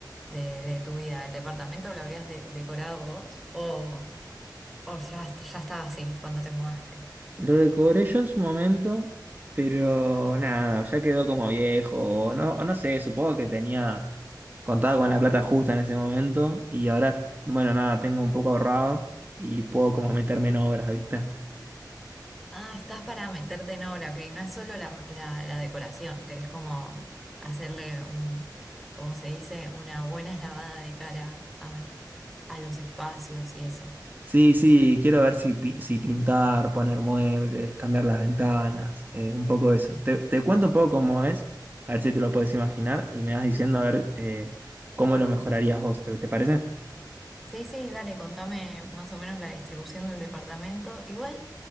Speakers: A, in the centre; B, on the right (about 25°).
A: de, de tu vida. ¿El departamento lo habías de- decorado vos o, o ya, est- ya estaba así cuando te mudaste?
B: Lo decoré yo en su momento, pero nada, ya quedó como viejo, o no, o no sé, supongo que tenía contado con la plata justa en ese momento y ahora, bueno, nada, tengo un poco ahorrado y puedo como meterme en obras, ¿viste?
A: Ah, estás para meterte en obra, ok. No es solo la, la- la decoración, querés como hacerle un, como se dice, una buena <laughs> lavada de cara a, a los espacios y eso.
B: Sí, sí, quiero ver si, pi- si pintar, poner muebles, cambiar las ventanas, eh, un poco eso. Te, te cuento un poco cómo es, a ver si te lo puedes imaginar y me vas diciendo a ver eh, cómo lo mejorarías vos, ¿te, te parece?
A: Sí, sí, dale, contame más o menos la distribución del departamento. Igual,